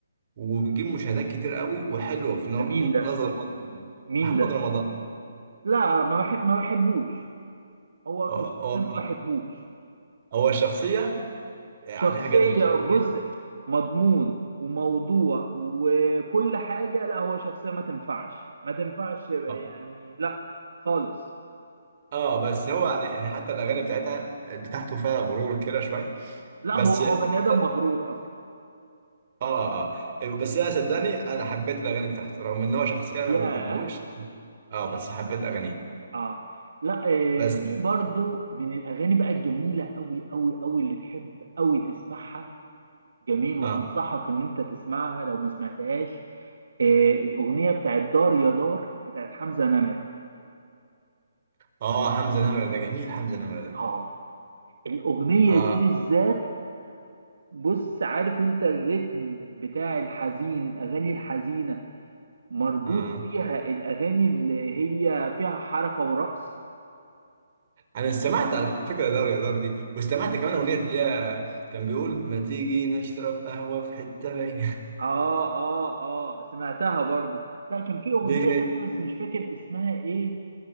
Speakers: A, on the right; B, on the right.
A: وبتجيب مشاهدات كتير قوي وحلوه في نو-
B: ده مين ده
A: نظر معظم-
B: مين
A: محمد
B: ده
A: رمضان
B: لا ما بحب ما بحبوش هو
A: هو
B: كشخصيا
A: هو
B: ما بحبوش
A: هو شخصيه عليها
B: شخصية
A: جدل كتير
B: بص
A: جدا
B: مضمون وموضوع وكل حاجة لا هو شخصية ما تنفعش ما تنفعش يعني
A: اه
B: لا خالص
A: آه، بس هو يعني حتى الاغاني بتاعتها بتاعته فيها غرور كده شويه
B: لا
A: بس
B: هو هو
A: اه
B: بني آدم مغرور أصلا
A: اه آه. بس انا صدقني انا حبيت الاغاني بتاعته رغم ان هو شخصيه انا
B: ياه
A: ما بحبوش اه بس حبيت اغانيه
B: اه لا آه
A: بس
B: في برضو من الأغاني بقى الجميلة أوي أوي أوي اللي تحب أوي تسمعها جميل وأنصحك
A: اه
B: إن أنت تسمعها لو ما سمعتهاش آه الأغنية بتاعت دار يا دار بتاعت حمزة نمرة
A: اه حمزه نمره ده جميل حمزه نمره ده
B: اه الأغنية
A: اه
B: دي بالذات بص عارف انت الريتم بتاع الحزين الاغاني الحزينه مربوط
A: آه.
B: فيها الاغاني اللي هي فيها حركه ورقص
A: انا استمعت على فكره دار يا دار دي واستمعت كمان اغنيه اللي هي كان بيقول ما تيجي نشرب قهوه في حته رايقه
B: اه اه اه سمعتها برضو لا كان
A: <laughs>
B: في اغنيه
A: دي جي-
B: تانية بس مش فاكر اسمها ايه